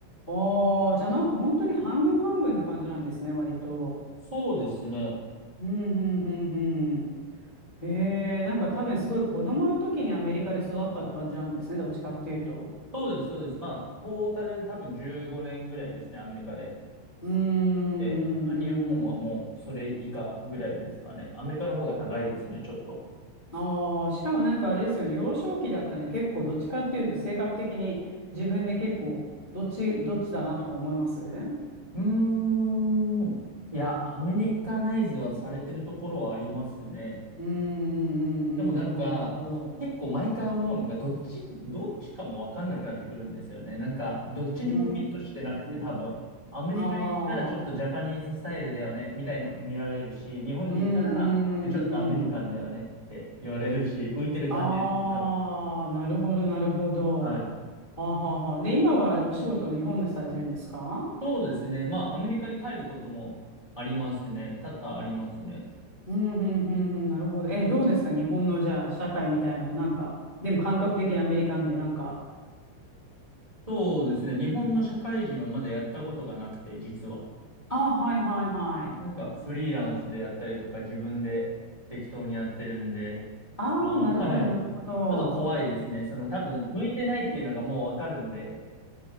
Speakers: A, on the left; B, on the right.
A: ああ、じゃあなんか本当に半分半分って感じなんですね、割と。
B: そうですね。
A: うん、うん、うん、うん。へえ、なんか多分すごい子供の時にアメリカで育ったって感じなんですね、どっちかっていうと。
B: そうです、そうです。まあ、トータル多分15年ぐらいですね、アメリカで。
A: うーん、うん、
B: で、まあ、
A: う
B: 日本はもうそれ以下ぐらいですかね。
A: ん。
B: アメリカの方が長いですね、ちょっと。
A: ああ、しかもなんかあれですよね、幼少期だったんで結構どっちかっていうと性格的に自分で結構どっち、どっちだなとか思いますう
B: うーん。いや、アメリカナイズはされてるところはありますね。
A: ん、うん、うん、うん、
B: でもなんか、
A: なるほど、なるほど。
B: 結構毎回思うのが、どっち、どっちかもわかんなくなってくるんですよね。なんか、どっちにもフィットしてなくて、
A: うー
B: 多分。
A: ん。
B: アメリカに行ったらちょっとジャパニーズスタイルだよね、
A: ああ。
B: みたいに見られるし、日本に行ったら、
A: うん、うん、
B: えちょっとアメリカンだよねって言われるし、
A: うん。
B: 浮いてる感じですね、
A: ああ、
B: 多分。
A: なるほど、なるほど。
B: はい。
A: あはははで、今はあれ、お仕事を日本でされてるんですか
B: そうですね。まあ、アメリカに帰ることもありますね。多々ありますね。
A: うん、うん、うん、うん。なるほど。え、どうですか日本の、じゃあ、社会みたいな、なんか、でも感覚的にアメリカンで、なんか。
B: そうですね。日本の社会人をまだやったことがなくて、実は。
A: あ、はい、はい、はい。
B: なんかフリーランスでやったりとか自分で適当にやってるんで、
A: ああ、
B: その、
A: なるほど、
B: はい。
A: なるほど。
B: ちょっと怖いですね。その多分向いてないっていうのがもうわかるんで、